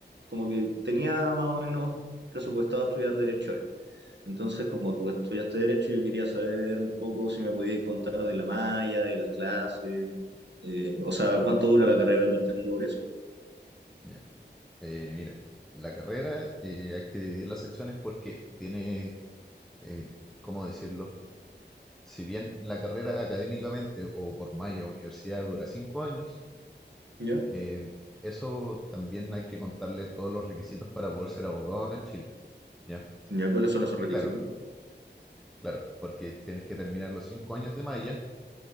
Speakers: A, on the right (about 70°); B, in the centre.
A: como que tenía más o menos presupuestado estudiar derecho él. Entonces, como tú estudiaste derecho, yo quería saber un poco si me podías contar de la malla, de las clases, eh, o sea, cuánto dura la carrera partiendo por eso.
B: ya. Eh, mira, la carrera eh, hay que dividir las acciones porque tiene, eh, ¿cómo decirlo? Si bien la carrera académicamente o por malla universidad dura cinco años,
A: ¿Ya?
B: eh, eso también hay que contarle todos los requisitos para poder ser abogado acá en Chile, ¿ya?
A: ¿Ya cuáles son
B: Porque
A: esos requisitos?
B: claro, claro, porque tienes que terminar los cinco años de malla